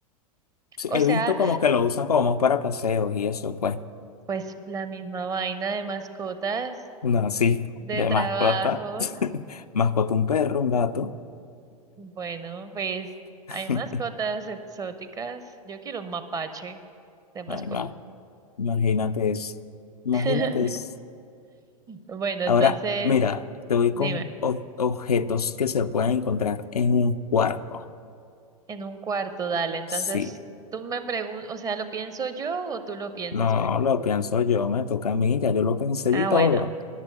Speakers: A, on the left; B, on the right.
A: Sí,
B: O
A: he
B: sea,
A: visto como que lo usan como más para paseos y eso, pues.
B: pues la misma vaina de mascotas,
A: No, sí,
B: de
A: de
B: trabajo.
A: mascota. <laughs> Mascota un perro, un gato.
B: Bueno, pues
A: <laughs>
B: hay mascotas exóticas. Yo quiero un mapache de mascota.
A: No hay más. Imagínate eso. Imagínate
B: <laughs>
A: eso.
B: Bueno, entonces,
A: Ahora, mira, te voy
B: dime,
A: con o- objetos que se pueden encontrar en un cuarto.
B: en un cuarto, dale. Entonces,
A: Sí,
B: tú me preguntas, o sea, ¿lo pienso yo o tú lo piensas
A: no
B: primero?
A: lo pienso yo, me toca a mí, ya yo lo pensé
B: Ah,
A: y todo.
B: bueno.